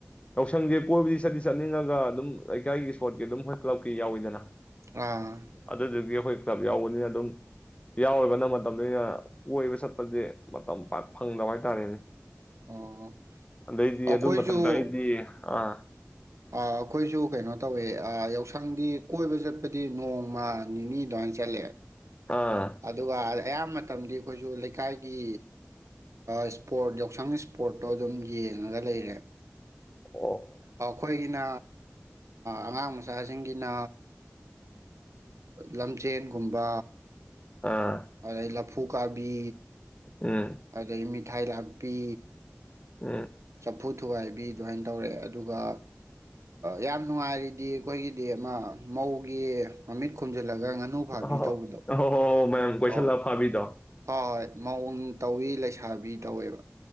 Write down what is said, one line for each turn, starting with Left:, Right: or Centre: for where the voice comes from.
Left: ꯌꯥꯧꯁꯪꯒꯤꯦ ꯀꯣꯏꯕꯨꯗꯤ ꯆꯠꯇꯗꯤ ꯆꯠꯅꯤꯡꯉꯒ ꯑꯗꯨꯝ ꯂꯩꯀꯥꯏꯒꯤ ꯏꯁꯄꯣꯔꯠꯀꯤ ꯑꯗꯨꯝ ꯍꯣꯏ ꯀ꯭ꯂꯕꯀꯤ ꯌꯥꯎꯋꯤꯗꯅ
Right: ꯑꯥ
Left: ꯑꯗꯨꯗꯨꯒꯤ ꯑꯩꯈꯣꯏ ꯀ꯭ꯂꯕ ꯌꯥꯎꯕꯅꯤꯅ ꯑꯗꯨꯝ ꯌꯥꯎꯔꯤꯕꯅ ꯃꯇꯝꯅ ꯀꯣꯏꯕ ꯆꯠꯄꯁꯦ ꯃꯇꯝ ꯄ ꯐꯪꯗꯕ ꯍꯥꯏꯇꯥꯔꯦꯅꯦ
Right: ꯑꯣ
Left: ꯑꯗꯩꯗꯤ
Right: ꯑꯩꯈꯣꯏꯁꯨ
Left: ꯑꯗꯨ ꯃꯊꯇ ꯑꯩꯗꯤ ꯑꯥ
Right: ꯑꯩꯈꯣꯏꯁꯨ ꯀꯩꯅꯣ ꯇꯧꯋꯦ ꯌꯥꯎꯁꯪꯗꯤ ꯀꯣꯏꯕ ꯆꯠ ꯍꯥꯏꯕꯗꯤ ꯅꯣꯡꯃꯜ ꯅꯤꯅꯤ ꯗ ꯆꯦꯠ
Left: ꯑꯥ
Right: ꯑꯗꯨꯒ ꯑꯌꯥꯝꯕ ꯃꯇꯝꯗꯤ ꯑꯩꯈꯣꯏꯁꯨ ꯂꯩꯀꯥꯏꯒꯤ ꯏꯁꯄꯣꯔꯠ ꯌꯥꯎꯁꯪ ꯏꯁꯄꯣꯔꯠꯇꯣ ꯑꯗꯨꯝ ꯌꯦꯡꯉꯒ ꯂꯩꯔꯦ
Left: ꯑꯣ
Right: ꯑꯩꯈꯣꯏꯒꯤꯅ ꯑꯉꯥꯡ ꯃꯆꯥꯁꯤꯡꯒꯤꯅ ꯂꯝꯖꯦꯟꯒꯨꯝꯕ
Left: ꯑꯥ
Right: ꯑ ꯑꯂ ꯐꯨꯀꯥꯕꯤ
Left: ꯎꯝ
Right: ꯑꯒꯩꯃꯤ ꯏꯊꯥꯏ ꯂꯥꯛꯄꯤ
Left: ꯎ
Right: ꯆꯐꯨ ꯊꯨꯒꯥꯏꯕꯤ ꯑꯗꯨꯃꯥꯏꯅ ꯇꯧꯔꯦ ꯑꯗꯨꯒ ꯌꯥꯝ ꯅꯨꯡꯉꯥꯏꯔꯤꯗꯤ ꯑꯩꯈꯣꯏꯒꯤꯗꯤ ꯑꯃ ꯃꯧꯒꯤ ꯃꯃꯤꯠ ꯈꯨꯝꯖꯤ ꯈꯜꯂꯒ ꯉꯥꯅꯨ ꯐꯥꯕꯤ
Left: ꯑꯍꯣ
Right: ꯇꯧꯕꯗꯣ
Left: ꯑꯍꯣ ꯍꯣ ꯍꯣ ꯃꯌꯥꯝ ꯀꯣꯏꯁꯜꯂꯒ
Right: ꯑꯣ
Left: ꯐꯥꯕꯤꯗꯣ
Right: ꯍꯣꯏ ꯍꯣꯏ ꯃꯑꯣꯡ ꯇꯧꯋꯤ ꯂꯩꯁꯥꯕꯤ ꯇꯧꯋꯦꯕ